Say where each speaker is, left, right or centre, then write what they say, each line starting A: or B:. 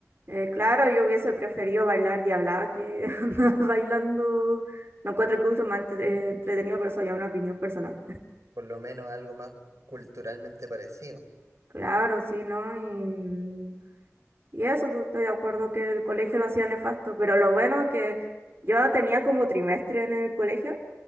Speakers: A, on the right; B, on the right.
A: eh, claro, yo hubiese preferido bailar diablada que <laughs> andar bailando. No encuentro el uso más entre- eh, entretenido, pero eso ya es una opinión personal.
B: por lo menos algo más culturalmente parecido.
A: Claro, sí, ¿no? Y, y eso, pues estoy de acuerdo que el colegio lo hacía nefasto, pero lo bueno es que yo tenía como trimestre en el colegio.